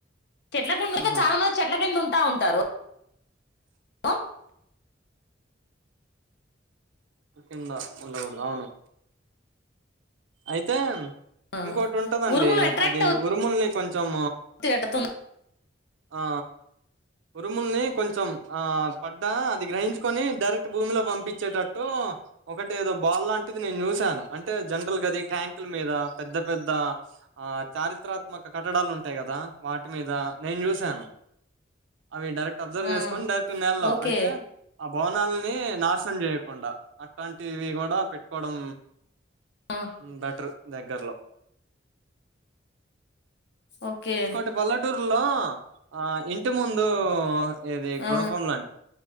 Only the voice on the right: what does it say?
ఆహా
ఉండ ఉండకూడదు అవును. అయితే.
ఇంకోటి ఉంటదండి
అది ఉరుముల్ని కొంచం.
ఆ. ఉరుముల్ని కొంచెం ఆ పడ్డా అది గ్రహించుకొని డైరెక్ట్ భూమిలో పంపించేటట్టు. ఒకటి ఏదో బాల్ లాంటిది నేను చూశాను అంటే జనరల్గా. ట్యాంకుల మీద పెద్ద పెద్ద ఆ చారిత్రాత్మక కట్టడాలు ఉంటాయి కదా వాటి మీద. నేను చూసాను. అవి డైరెక్ట్ అబ్జర్వ్
చేసుకొని డైరెక్ట్ నెలలో
అంటే. ఆ భవనాలని నాశనం చేయకుండా అట్లాంటివి కూడా పెట్టుకోవడం.
బెటర్ దగ్గర్లో.
ఇంకోటి పల్లెటూరులో ఆ ఇం. ఇంటి ముందు ఇది
గుణపం లాంటి